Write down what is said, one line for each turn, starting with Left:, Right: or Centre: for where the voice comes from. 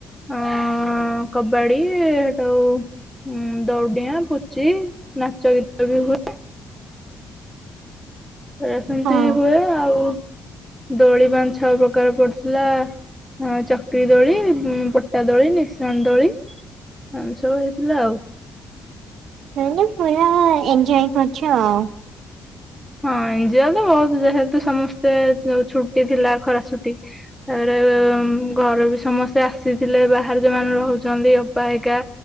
Centre: ଅ କବ୍ ଇଏ ଟ ଆଉ ଦଉଁଡିଆ ପୁଚି ନାଚ ଗୀତ ବି ହୁଏ। ସେ ସେମିତି
Right: ହଁ।
Centre: ହୁଏ ଆଉ। ଦୋଳି ପାଁ ଛଅ ପ୍ରକାର ପଡିଥିଲା। ଚକ୍ରି ଦୋଳି ପଟା ଦୋଳି ନିଶା ଣ ଦୋଳି ଏମିତି ସବୁ ହେଇଥିଲା ଆଉ।
Right: <unintelligible> ପୁରା ଏଞଜୟ କରୁଛ ଆଉ।
Centre: ହଁ ଏଞୟ ତ ବହୁତ ଯେହେତୁ ସମସ୍ତେ ଯୋଉ ଛୁଟି ଥିଲା ଖରା ଛୁଟି। ତାପରେ ତ ଘର ବି ସମସ୍ତେ। ସେ ଆସିଥିଲେ ବାହାରେ ଯୋଉମାନେ ରହୁଛନ୍ତି। ଅପା ହୈକା